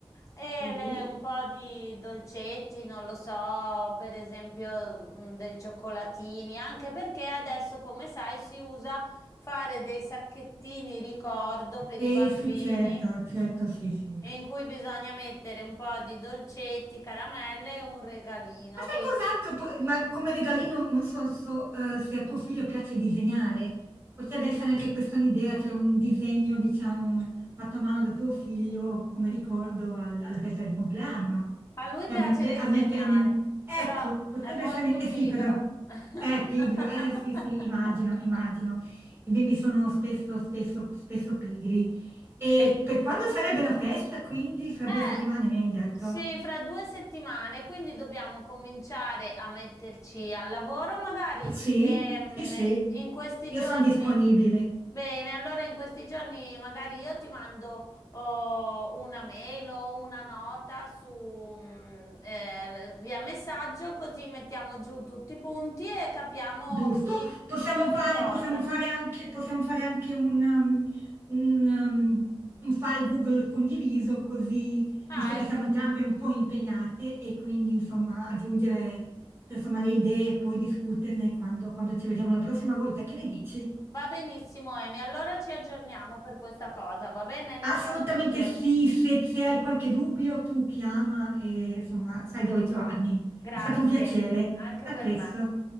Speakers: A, on the left (about 35°); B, on the right (about 25°).
A: e
B: Sì,
A: le- un po' di dolcetti, non lo so, per esempio mm, dei cioccolatini, anche perché adesso, come sai, si usa fare dei sacchettini ricordo per
B: sì,
A: i bambini
B: sì, certo, certo, sì, sì.
A: in cui bisogna mettere un po' di dolcetti, caramelle e un regalino.
B: Ma sai
A: Quindi
B: cos'altro? po- Ma come regalino non so, so, eh, se a tuo figlio piace disegnare. Potrebbe essere anche questa un'idea, cioè un disegno, diciamo, fatto a mano da tuo figlio come ricordo al- alla festa di compleanno.
A: a lui
B: Cioè,
A: piace
B: a, mette-
A: disegnare,
B: a mettere nel... Ecco,
A: però
B: potrebbe
A: è molto
B: essere... Eh
A: pigro.
B: sì, però...
A: <laughs>
B: Eh, pigro, eh sì, sì, immagino, immagino. I bimbi sono spesso, spesso, spesso pigri. E
A: E
B: per quando sarebbe la festa, quindi, fra
A: Eh,
B: due settimane, mi hai detto?
A: sì, fra due settimane, quindi dobbiamo cominciare a metterci al lavoro, magari
B: Sì,
A: ehm,
B: sì, sì,
A: in questi
B: io
A: giorni.
B: sono disponibile,
A: Bene, allora in questi giorni magari io ti mando oh, una mail o una nota su, mm, eh, via messaggio, così mettiamo giù tutti i punti e capiamo
B: giusto?
A: chi,
B: Possiamo
A: chi fa
B: fare,
A: cosa.
B: possiamo fare anche, possiamo fare anche un, um, un, um, un file Google condiviso, così,
A: Ah,
B: visto che
A: ecco,
B: siamo entrambe un po' impegnate e quindi, insomma, aggiungere, insomma, le idee e poi discuterne quando, quando ci vediamo la prossima volta. Che ne dici?
A: va benissimo, Emi. Allora ci aggiorniamo per questa cosa, va bene? Nei
B: Assolutamente
A: prossimi giorni.
B: sì, se, se hai qualche dubbio tu chiama e, insomma, sai dove trovarmi.
A: Grazie,
B: È stato un piacere.
A: anche
B: A
A: per
B: presto.
A: me.